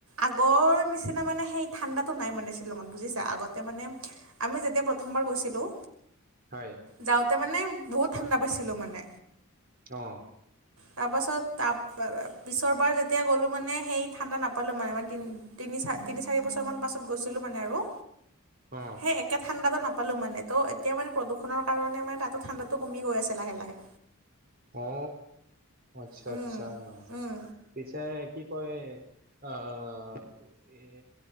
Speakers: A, on the right; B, on the right.
A: আগৰ নিচিনা মানে সেই ঠাণ্ডাতটো নাই মানে শ্বিলঙত বুজিছা আগতে মানে আমি যেতিয়া প্ৰথমবাৰ গৈছিলো
B: হয়
A: যাওঁতে মানে বহুত ঠাণ্ডা পাইছিলোঁ মানে
B: অ
A: তাৰপাছত ত পিছৰবাৰ যেতিয়া গ'লোঁ মানে সেই ঠাণ্ডা নাপালোঁ মানে মানে তিনি তিনি চাৰি তিনি চাৰিবছৰমান পাছত গৈছিলোঁ মানে আৰু
B: অ
A: সেই একে ঠাণ্ডাটো নাপালো মানে ত' এতিয়া মানে প্ৰদূষণৰ কাৰনে মানে তাতো ঠাণ্ডাটো টোকমি গৈ আছে লাহে লাহে
B: অ আচ্ছা
A: উম
B: আচ্ছা
A: উম
B: পিছে কি কয় আহ এ